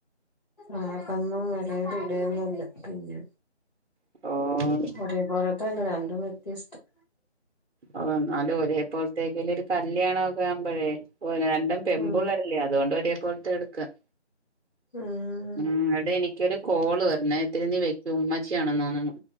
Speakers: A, on the left; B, on the right.
A: ആതൊന്നും എളയത് ഇടുവേന്വില്ല പിന്നെ
B: ഓഹ്
A: ഒരേപോലത്തെയല്ല രണ്ടും വ്യത്യസ്തം
B: ഓഹ് എന്നാലും ഒരേ പോലത്തേക്കല്ലേ ഒരു കല്യാണം ഒക്കെ ആകുമ്പോഴേ ഓ പിന്നേ രണ്ടും പെമ്പിള്ളേര്
A: ഉം
B: രല്ലേ അതുകൊണ്ട് ഒരേ പോലത്തെ എടുക്കാം,
A: ഉം
B: മം ഇടെ എനിക്കൊരു കോള് വരണെ, ഇത്തിരി നീ വെക്ക്, ഉമ്മച്ചിയാണെന്ന് തോന്നണ്.